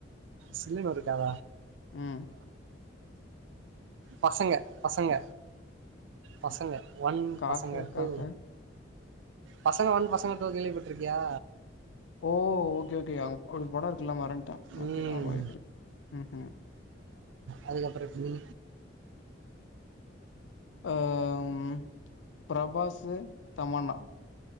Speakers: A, on the right (about 75°); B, on the left (about 80°).
A: சில்லனு ஒரு காத
B: உம்
A: பசங்க பசங்க பசங்க ஒன்
B: காக்க
A: பசங்க டு
B: காக்க.
A: பசங்க ஒன் பசங்க டூ கேள்விப்பட்ருக்கியா
B: ஓ ஓகே ஓகே அவ் அப்பி படொருக் க்குல்ல மறந்துட்டே ஓகே
A: ம்
B: ஆமா இருக்கிருக் ம்ஹும்
A: அதுக்கப்ற இப்ப நீ
B: ஆ ம் பிரபாசு தமன்னா